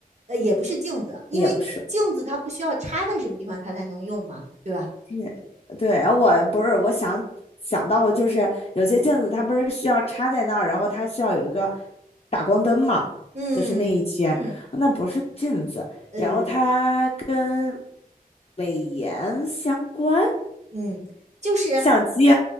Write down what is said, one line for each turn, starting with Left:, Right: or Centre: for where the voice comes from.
Right: 呃，也不是镜子，因为镜子它不需要插在什么地方它才能用嘛，
Left: 也不是。嗯
Right: 对吧？
Left: 也，对，然后我不是，我想想到了，就是有些镜子它不是需要插在那儿，
Right: 嗯
Left: 然后它需要有一个打光灯嘛，
Right: 嗯嗯，
Left: 就是那一圈，那不是镜子，
Right: 呃
Left: 然后它跟美颜相关，
Right: 嗯，就是。
Left: 相机、